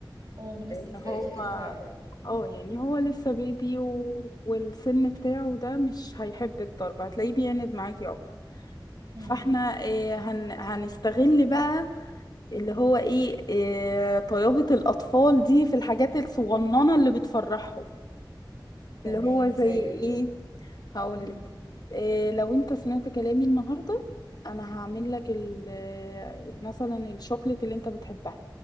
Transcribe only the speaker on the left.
لأن
هو
اه يعني هو لسه بيبي و... والسن بتاعه ده مش هيحب الضرب هتلاقيه بيعند معاكي اكتر
فاحنا إيه هن... هنستغل بقى اللي هو ايه, إيه طيابة الأطفال دي في الحاجات الصغننة اللي بتفرحهم
اللي هو زي
ايه
هقول
لك إيه لو انت سمعت كلامي النهارده انا هعمل لك ال- آه، مثلا الشوكليت اللي انت بتحبها